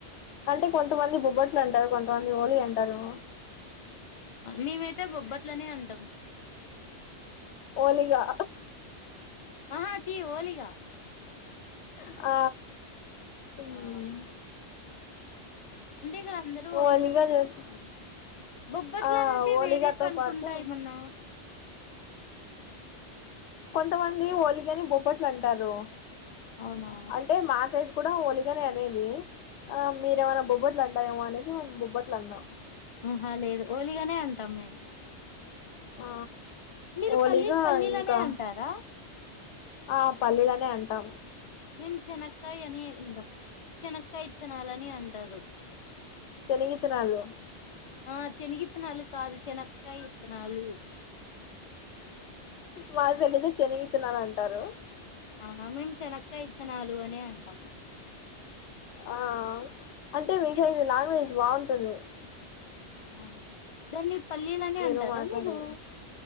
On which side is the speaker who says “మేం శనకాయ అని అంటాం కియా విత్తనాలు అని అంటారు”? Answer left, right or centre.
Left